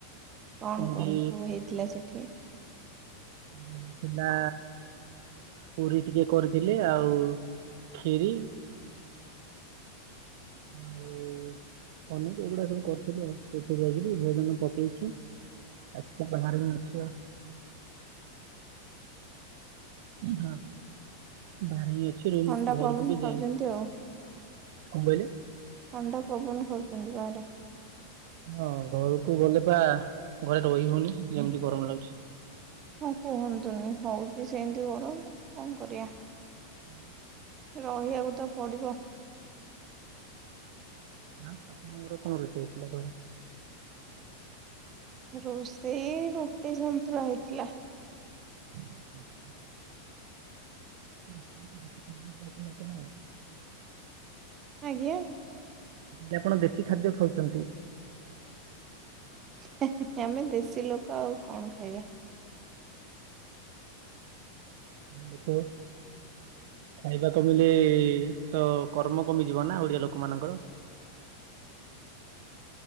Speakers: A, on the right; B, on the right.
A: କଣ
B: ଏମିତି
A: କଣ ସବୁ ହେଇଥିଲା ସେଠି?
B: ହେଇ ଥିଲା ପୁରୀ ଟିକେ କରିଥିଲେ ଆଉ ଖିରି। ଆଉ ଅନେକ ଏଗୁଡା ସବୁ କରିୁଥିଲେ ଆଉ ସେଠୁ ଯାଇକିରି ଭୋଜନ ପକେଇକି। ଆସିକି ବାହାରେ ମୁଁ ଅଛି ଆଉ। ଏ ହାଁ ବାହାରେ ହିଁ ଅଛି
A: ଥଣ୍ଡା
B: ରୁମ୍ ଘରକୁ
A: ପବନ
B: ବି
A: ଖାଉଛନ୍ତି
B: ଯାଇନି।
A: ଆଉ
B: କଣ କହିଲେ?
A: ଥଣ୍ଡା ପବନ ଖାଉଚନ୍ତି ବାହାରେ?
B: ହଁ ଘରକୁ ଗଲେ ପା ଘରେ ରହି ହଉନି ଯେମିତି ଗରମ ଲାଗୁଚି।
A: ହଁ କୁହନ୍ତୁନି ହଉଚି ସେମିତି ଗରମ କଣ କରିଆ।
B: ଉଁ।
A: ରହିବାକୁ ତ ପଡ଼ିବ।
B: ଆ ଆପଣଙ୍କର କଣ ରୋଷେଇ ହେଇଥିଲା ଘରେ?
A: ରୋଷେଇ ରୁଟି ସନ୍ତୁଳା ହେଇଥିଲା।
B: ଉଁ ହୁଁ। <unintelligible>
A: ଆଜ୍ଞା?
B: ଯେ ଆପଣ ଦେଶୀ ଖାଦ୍ୟ ଖାଉଚନ୍ତି?
A: ହେ ହେ ହେ ଆମେ ଦେଶୀ ଲୋକ ଆଉ କଣ ଖାଇବା।
B: ଏ ଲୋକ ଖାଇବା କମିଲେ ତ କର୍ମ କମିଯିବ ନା ଓଡିଆ ଲୋକ ମାନଙ୍କର।